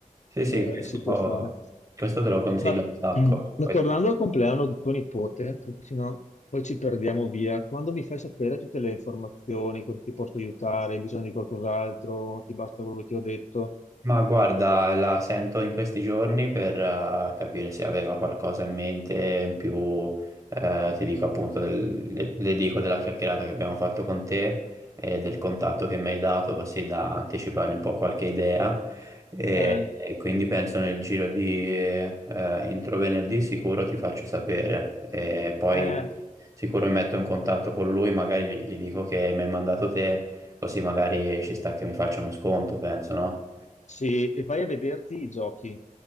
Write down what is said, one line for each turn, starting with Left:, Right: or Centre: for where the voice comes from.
Right: sì, sì,
Left: eh,
Right: questo,
Left: si può fare.
Right: questo te lo consiglio
Left: Ma,
Right: un sacco.
Left: <clears throat> ma
Right: Poi-
Left: tornando al compleanno di tuo nipote, perché sennò poi ci perdiamo via, quando mi fai sapere tutte le informazioni, cosa ti posso aiutare, hai bisogno di qualcos'altro, ti basta quello che ti ho detto?
Right: Ma guarda, la sento in questi giorni per eh, capire se aveva qualcosa in mente in più, eh, ti dico appunto, del- le, le dico della chiacchierata che abbiamo fatto con te e del contatto che mi hai dato, così da anticipargli un po' qualche idea. E,
Left: Eh,
Right: e quindi penso nel giro di eh, entro venerdì sicuro ti faccio sapere. E poi
Left: eh,
Right: sicuro mi metto in contatto con lui, magari gli, gli dico che mi hai mandato te, così magari ci sta che mi faccia uno sconto, penso, no?
Left: Sì, e vai a vederti i giochi.